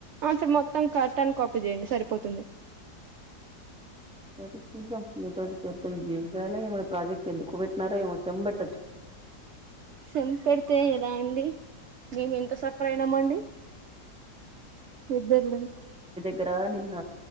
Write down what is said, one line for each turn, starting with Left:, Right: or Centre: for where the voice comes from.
Right: ఆన్సర్ మొత్తం కరెక్ట్ అని కాపీ చేయండి సరిపోతుంది
Centre: సరే చూద్దాం మీతోటి చూద్దాం <unintelligible> జీంించాలి ఏమ ప్రాజెక్ట్ ఎందుకు పెట్టినారా ఏమో చెంబట్
Right: సెమ్ పెడితే ఎలా అండి మేము ఎంత సఫర్ అయినామండి ఇద్దరులే
Centre: ఇక్కడ నిన్న